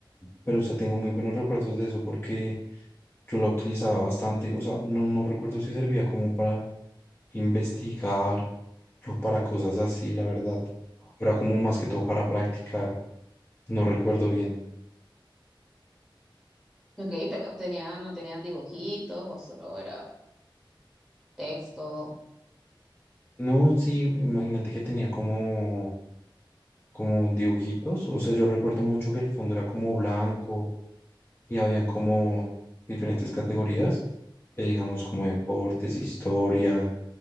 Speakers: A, on the left (about 25°); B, in the centre.
A: pero o sea, tengo muy buenos recuerdos de eso porque yo la utilizaba bastante. O sea, no, no recuerdo si servía como para investigar o para cosas así, la verdad. Era como más que todo para practicar. No recuerdo bien.
B: Ok, pero tenía, no tenían dibujitos o solo era texto.
A: No, sí, imagínate que tenía como, como dibujitos, o sea, yo recuerdo mucho que el fondo era como blanco y habían como diferentes categorías, eh, digamos como deportes, historia,